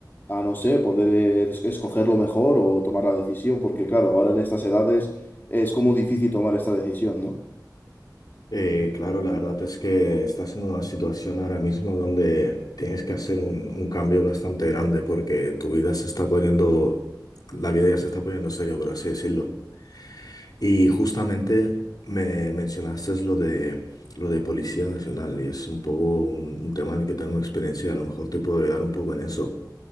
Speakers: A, on the left (about 30°); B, on the left (about 65°).
A: a no sé, poder eh, es- escoger lo mejor o tomar la decisión, porque claro, ahora en estas edades es como difícil tomar esta decisión, ¿no?
B: Eh, claro, la verdad es que estás en una situación ahora mismo donde tienes que hacer un, un cambio bastante grande porque tu vida se está poniendo, la vida ya se está poniendo seria, por así decirlo. Y justamente me mencionaste lo de, lo de Policía Nacional y es un poco un, un tema en el que tengo experiencia y a lo mejor te puedo ayudar un poco en eso.